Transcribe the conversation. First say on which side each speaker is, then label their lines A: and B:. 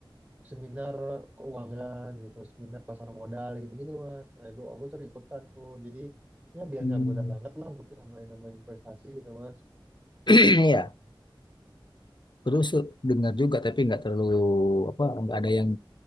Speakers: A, on the right; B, on the left.
A: seminar keuangan gitu, seminar pasar modal gitu-gitu mas. Nah, gue aku sering ikutan tuh. Jadi ya biar
B: Hmm.
A: nggak buta banget lah gitu sama yang namanya investasi gitu mas.
B: <clears throat> Iya, terus dengar juga tapi nggak terlalu apa nggak ada yang